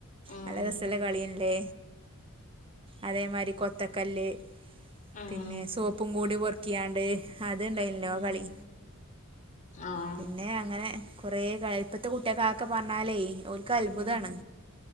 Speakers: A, on the left; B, on the right.
A: ഉം
B: നല്ല രസ്സള്ളെ കളിയല്ലേ അതേമാരി കൊത്ത ത്തക്കല്ല്
A: ഉം
B: പിന്നെ സോപ്പും കൂട് പോൽ ക്കിയാണ്ട് അത് ണ്ടായിൻല്ലോ
A: ഉം
B: കളി
A: ആഹ്
B: പിന്നെ അങ്ങനെ കുറേ കാൽത്ത് ത്തെ കുട്ട്യാക്ക് അതൊക്കെ പറഞ്ഞാലേയ് ഓൽക്ക് അത്ഭുതാണ്
A: ഉം